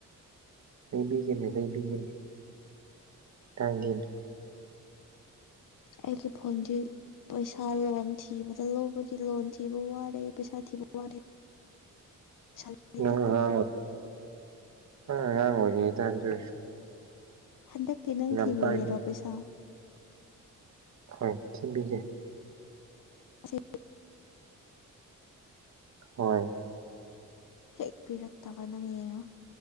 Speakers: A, on the right (about 60°); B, on the left (about 85°).
A: ꯂꯩꯕꯤꯒꯦꯅꯤ ꯂꯩꯕꯤꯒꯦꯅꯤ ꯇꯥꯡꯒꯤꯟ
B: ꯑꯩꯒꯤ ꯐꯣꯟꯁꯤ ꯄꯩꯁꯥ ꯂꯣꯟ ꯊꯤꯕꯗ ꯂꯧꯕꯒꯤ ꯂꯣꯟ ꯊꯤꯕ ꯋꯥꯔꯦ ꯄꯩꯁꯥ ꯊꯤꯕ ꯋꯥꯔꯦ
A: <inaudible>
B: ꯄꯩꯁꯥ ꯂꯩꯇ꯭ꯔꯦ
A: ꯥꯡꯉ ꯉꯉ ꯑꯣꯏꯗ ꯆꯣꯁꯣ
B: ꯍꯟꯗꯛꯀꯤ ꯅꯪ ꯊꯤꯕꯒꯔꯣ
A: ꯄꯥꯏꯒꯅꯨ
B: ꯄꯩꯁꯥ
A: ꯍ ꯊꯕꯤꯒꯦ
B: ꯁꯤ
A: ꯍꯣꯏ
B: ꯍꯦꯛ ꯄꯤꯔꯛꯇꯕ ꯅꯪ ꯌꯦꯡꯉꯣ